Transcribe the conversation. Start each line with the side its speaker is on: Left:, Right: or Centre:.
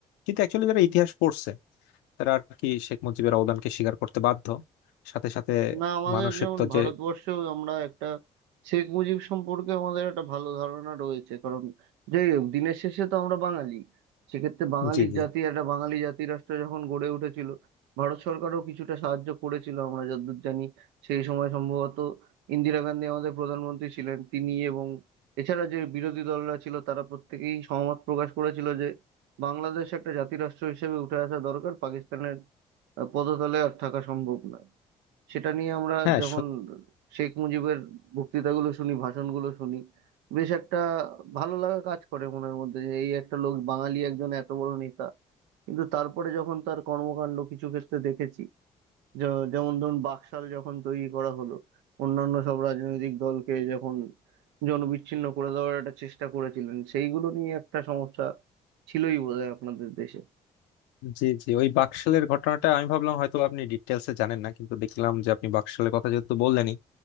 Left: কিন্তু অ্যাকচুয়ালি যারা ইতিহাস পড়ছে তারা আর কি শেখ মুজিবের অবদানকে স্বীকার করতে বাধ্য সাথে সাথে
Right: না আমাদের
Left: মানুষের
Right: যেমন
Left: তো
Right: ভারতবর্ষেও
Left: যে
Right: আমরা একটা শেখ মুজিব সম্পর্কে আমাদের একটা ভালো ধারণা রয়েছে কারণ যাই হোক দিনের শেষে তো আমরা বাঙালি সেক্ষেত্রে বাঙালির
Left: জি জি
Right: জাতি একটা বাঙালি জাতি রাষ্ট্র যখন গড়ে উঠেছিল ভারত সরকারও কিছুটা সাহায্য করেছিল আমরা যতদূর জানি সেই সময় সম্ভবত ইন্দিরা গান্ধী আমাদের প্রধানমন্ত্রী ছিলেন তিনি এবং এছাড়া যে বিরোধী দলরা ছিল তারা প্রত্যেকেই সহমত প্রকাশ করেছিল যে বাংলাদেশ একটা জাতি রাষ্ট্র হিসেবে উঠে আসা দরকার পাকিস্তানের আহ, পদতলে আর থাকা সম্ভব নয় সেটা নিয়ে আমরা
Left: হ্যাঁ
Right: যখন শেখ মুজিবের বক্তৃতাগুলো শুনি ভাষণগুলো শুনি বেশ একটা ভালো লাগা কাজ করে মনের মধ্যে যে এই একটা লোক বাঙালি একজন এত বড় নেতা কিন্তু তারপরে যখন তার কর্মকাণ্ড কিছু ক্ষেত্রে দেখেছি য- যেমন ধরুন বাকশাল যখন তৈরি করা হলো অন্যান্য সব রাজনৈতিক দলকে যখন জনবিচ্ছিন্ন করে দেওয়ার একটা চেষ্টা করেছিলেন সেইগুলো নিয়ে একটা সমস্যা ছিলই বোধহয় আপনাদের দেশে
Left: জি জি ওই বাকশালের ঘটনাটা আমি ভাবলাম হয়তো আপনি ডিটেলসে জানেন না কিন্তু দেখলাম যে আপনি বাকশালের কথা যেহেতু বললেনই